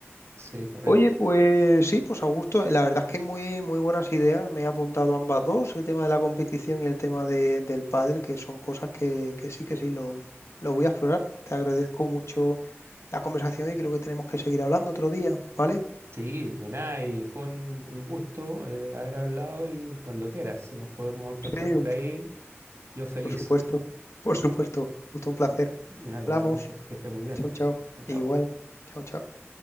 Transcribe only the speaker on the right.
Sí, correcto.
Sí, de nada, y fue un, un gusto eh, haber hablado y cuando quieras, si nos podemos encontrar
por
ahí, yo feliz.
Ya,
igualmente, que esté muy bien.
Chao, chao.